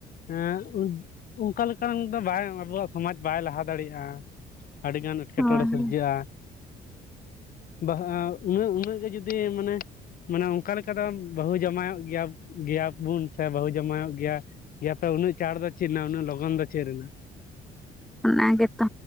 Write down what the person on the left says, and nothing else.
ᱮᱸᱜ ᱚᱝᱠᱟ ᱞᱮᱠᱟᱱ ᱫᱚ ᱵᱟᱭ ᱟᱵᱚᱣᱟᱜ ᱥᱚᱢᱟᱡ ᱵᱟᱭ ᱞᱟᱦᱟ ᱫᱟᱲᱮᱭᱟᱜᱼᱟ᱾ ᱟᱹᱰᱤ ᱜᱟᱱ ᱮᱸᱴᱠᱮᱴᱚᱬᱮ
ᱥᱤᱨᱡᱟᱹᱜᱼᱟ ᱵᱟᱦ ᱩᱱᱟᱹᱜ ᱮᱸ ᱩᱱᱟᱹᱜ ᱜᱮ ᱡᱩᱫᱤ ᱢᱟᱱᱮ ᱢᱟᱱᱮ ᱚᱱᱠᱟ ᱞᱮᱠᱟ ᱫᱚ ᱵᱟᱹᱦᱩ ᱡᱟᱣᱭᱚᱜ ᱜᱮᱭᱟ ᱜᱮᱭᱟ ᱵᱚᱱ ᱥᱮ ᱵᱟᱹᱦᱩ ᱡᱟᱶᱟᱭᱚᱜ ᱜᱮᱭᱟ, ᱜᱮᱭᱟᱛᱚ ᱩᱱᱟᱹᱜ ᱪᱟᱲ ᱫᱚ ᱪᱮᱫ ᱨᱮᱱᱟᱜ ᱩᱱᱟᱹᱜ ᱞᱚᱜᱚᱱ ᱫᱚ ᱪᱮᱫ ᱨᱮᱱᱟᱜ?